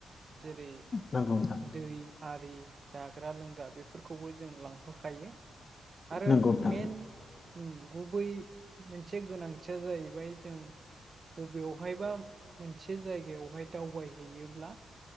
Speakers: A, on the right (about 35°); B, on the left (about 30°).
A: जेरै
B: नंगौ नोंथां
A: दै हारि जाग्रा लोंग्रा बे बेफोरखौबो जों लांफाखायो आरो
B: नंगौ नोंथां
A: मेन गुबै मोनसे गोनांथिया जाहैबाय जों बबेयावहायबा मोनसे मोनसे जायगायावहाय दावबायहैयोब्ला